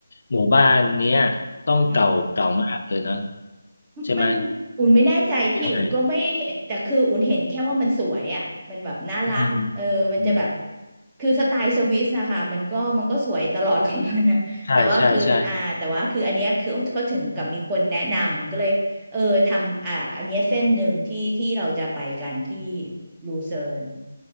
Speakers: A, on the left; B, on the right.
A: หมู่บ้านเนี้ยต้องเก่าเก่ามากเลยเนาะ
B: อืม
A: ใช่ไหม
B: มันอุ่นไม่แน่ใจพี่อุ่นก็ไม่เห็นแต่คืออุ่นเห็นแค่ว่ามันสวยอ่ะมันแบบน่ารักเออมันจะแบบ
A: ใช่อืมอืม
B: คือสไตล์สวิสนะคะมันก็มันก็สวยตลอดของมันอะแต่ว่าคืออ่าแต่ว่าคืออันเนี้ยคือเขาถึงกับมีคนแนะนำผมก็เลย
A: ใช่ใช่ใช่
B: เออทำอ่าอันเนี้ยเส้นหนึ่งที่ที่เราจะไปกันที่ลูเซิร์น